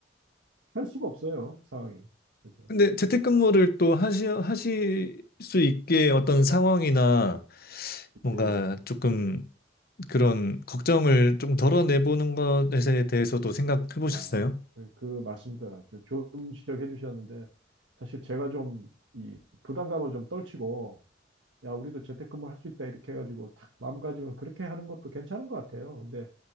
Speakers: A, on the right (about 80°); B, on the left (about 50°).
A: 할 수가 없어요. 상황이. 그래서.
B: 근데 재택근무를 또 하시, 하실 수 있게 어떤 상황이나 뭔가
A: 예.
B: 조금 그런 걱정을 좀 덜어내보는 것에 대해서도 생각해 보셨어요?
A: 아, 그, 그 맞습니다. 저- 좋은 지적해 주셨는데 사실 제가 좀 이 부담감을 좀 떨치고 야, 우리도 재택근무 할 수 있다 이렇게 해가지고 탁 마음가짐을 그렇게 하는 것도 괜찮은 것 같아요. 근데